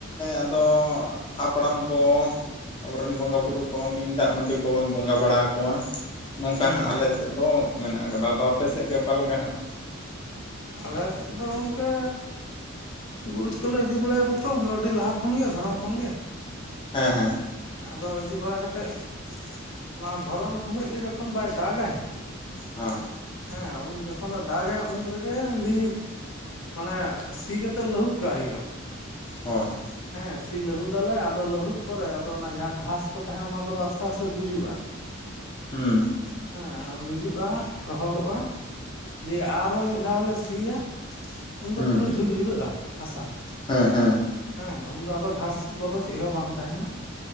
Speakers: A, on the left (about 25°); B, on the left (about 70°).
A: ᱟᱫᱚ ᱦᱟᱯᱲᱟᱢ ᱠᱚ ᱟᱵᱚᱨᱮᱱ ᱵᱚᱸᱜᱟ ᱵᱩᱨᱩ ᱠᱚ ᱱᱤᱢ ᱫᱟᱜ ᱢᱟᱹᱰᱤ ᱠᱚᱵᱚᱱ ᱵᱚᱸᱜᱟ ᱵᱟᱲᱟᱣ ᱟᱠᱚᱣᱟ᱾ ᱱᱚᱝᱠᱟ
B: ᱦᱩᱸ
A: ᱦᱟᱸᱜ ᱟᱞᱮ ᱥᱮᱫ ᱫᱚ ᱢᱮᱱᱟᱜ ᱠᱟᱫᱟ, ᱟᱫᱚ ᱟᱯᱮ ᱥᱮᱫ ᱜᱮ ᱚᱠᱟᱞᱮᱠᱟ ᱦᱟᱸᱜ?
B: ᱟᱞᱮ ᱥᱮᱫ ᱫᱚ ᱜᱚᱝᱠᱮ ᱜᱩᱨᱤᱡ ᱠᱚᱞᱮ ᱤᱫᱤ ᱵᱟᱲᱟᱭᱟ ᱛᱚ ᱟᱹᱰᱤ ᱞᱟᱦᱟ ᱠᱷᱚᱱᱜᱮ ᱫᱷᱚᱨᱚᱱ ᱠᱷᱚᱱᱜᱮ᱾
A: ᱦᱮᱸ ᱦᱮᱸ᱾
B: ᱟᱫᱚ ᱤᱫᱤ ᱵᱟᱲᱟ ᱠᱟᱛᱮᱫ ᱚᱱᱟ ᱫᱷᱚᱨᱚᱱ ᱥᱩᱢᱟᱹᱡ ᱜᱮ ᱡᱚᱠᱷᱚᱱ ᱵᱟᱭ ᱫᱟᱜᱟᱭ
A: ᱦᱟᱸ᱾
B: ᱦᱮᱸ ᱩᱱ ᱡᱚᱠᱷᱚᱱᱮ ᱫᱟᱜᱟ ᱩᱱ ᱨᱮᱜᱮ ᱞᱤᱧ ᱢᱟᱱᱮ ᱥᱤ ᱠᱟᱛ ᱛᱮᱫ ᱞᱟᱹᱦᱩᱫ ᱠᱟᱜ ᱦᱩᱭᱩᱜᱼᱟ᱾
A: ᱦᱳᱭ᱾
B: ᱦᱮᱸ ᱥᱤ ᱞᱟᱹᱦᱩᱫᱟᱞᱮ ᱟᱫᱚ ᱞᱟᱹᱦᱩᱫ ᱯᱚᱨᱮ ᱟᱫᱚ ᱚᱱᱟ ᱡᱟᱦᱟᱸ ᱜᱷᱟᱥ ᱠᱚ ᱛᱟᱦᱮᱱ ᱚᱱᱟ ᱠᱚᱫᱚ ᱟᱥᱛᱮ ᱟᱥᱛᱮ ᱜᱩᱡᱩᱜᱼᱟ᱾
A: ᱦᱩᱸ᱾
B: ᱦᱮᱸ ᱚᱱᱟ ᱜᱩᱡᱩᱜᱼᱟ ᱨᱚᱦᱚᱲᱚᱜᱼᱟ ᱫᱤᱭᱮ ᱟᱨᱚ ᱢᱤᱫ ᱫᱷᱟᱣ ᱞᱮ ᱥᱤᱭᱟ᱾ ᱩᱱᱫᱚ
A: ᱦᱩᱸ
B: ᱯᱩᱨᱟᱹ ᱡᱷᱩᱨ ᱡᱷᱩᱨᱟᱹᱜᱼᱟ ᱦᱟᱥᱟ᱾
A: ᱦᱮᱸ ᱦᱮᱸ᱾
B: ᱦᱮᱸ ᱩᱱᱫᱚ ᱟᱫᱚ ᱜᱷᱟᱥ ᱠᱚᱫᱚ ᱪᱮᱜ ᱦᱚᱸ ᱵᱟᱝ ᱛᱟᱦᱮᱱᱟ,